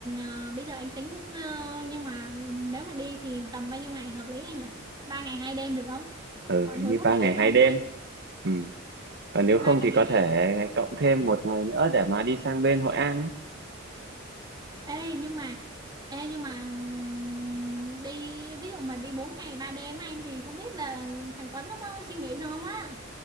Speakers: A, on the right; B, on the right.
A: ờ, bây giờ anh tính ờ, nhưng mà nếu mà đi thì tầm bao nhiêu ngày hợp lý anh nhỉ ba ngày hai đêm được không
B: ừ
A: mọi
B: hình
A: người
B: như
A: có
B: ba ngày
A: nghĩ được
B: hai
A: không
B: đêm
A: ta
B: ừ. còn nếu không
A: ba ngày
B: thì có
A: hai đêm
B: thể cộng thêm một ngày nữa để mà đi sang bên Hội An ấy.
A: Ê nhưng mà ê nhưng mà ừm, đi ví dụ mà đi 4 ngày 3 đêm anh thì không biết là thằng Tuấn nó có suy nghĩ được không á.